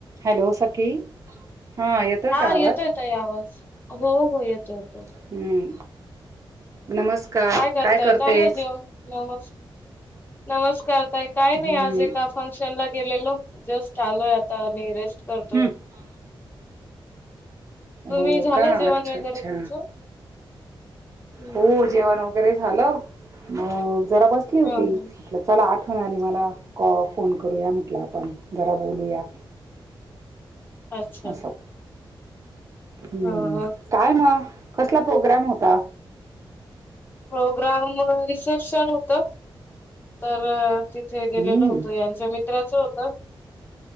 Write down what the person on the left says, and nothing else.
हा
येतो येतो या आवाज हो हो येतो येतो
काय करताय
चाल येेवन नव नमस्कार तय काय
नाही आज एका फंक्शन ला गेलेलो जेस्ट आलोय आता आणि रेस्ट करतोय
तुम्ही
झालं
जेवण
वगैरे
तुमचं? हम्म
हा हा
अच्छा
हा हा.
प्रोग्राम रिसेप्शन होत तर थ गेलेल
होतो यांच्या मित्राच होत.